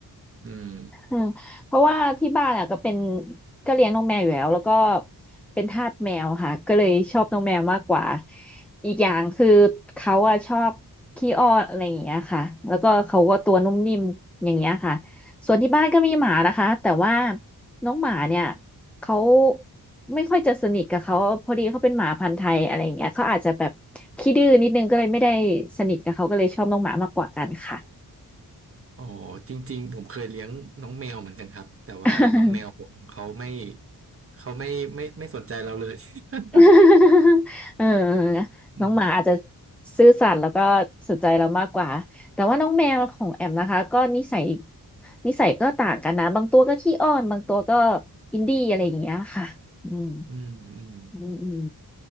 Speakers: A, on the right (about 35°); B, in the centre.
A: อืม
B: อืมเพราะว่าที่บ้านอ่ะก็เป็นก็เลี้ยงน้องแมวอยู่แล้วแล้วก็เป็นทาสแมวค่ะก็เลยชอบน้องแมวมากกว่าอีกอย่างคือเขาอ่ะชอบขี้อ้อนอะไรอย่างเงี้ยค่ะแล้วก็เขาก็ตัวนุ่มนิ่มอย่างเงี้ยค่ะส่วนที่บ้านก็มีหมานะคะแต่ว่าน้องหมาเนี่ยเขาไม่ค่อยจะสนิทกับเขาพอดีเขาเป็นหมาพันธุ์ไทยอะไรอย่างเงี้ยเขาอาจจะแบบขี้ดื้อนิดนึงก็เลยไม่ได้สนิทกับเขาก็เลยชอบน้องหมามากกว่ากันค่ะ
A: โอ้จริงๆผมเคยเลี้ยงน้องแมวเหมือนกันครับแต่ว่าน้องแมวผมเขาไม่
B: <laughs>
A: เขาไม่ไม่ไม่สนใจเราเลย <laughs>
B: <laughs> เออ
A: อืม
B: น้องหมาอาจจะซื่อสัตย์แล้วก็สนใจเรามากกว่า แต่ว่าน้องแมวของแอมนะคะก็นิสัยนิสัยก็ต่างกันนะบางตัวก็ขี้อ้อนบางตัวก็อินดี้อะไรอย่างเงี้ยค่ะอืม
A: อืมอืม
B: อืมอืม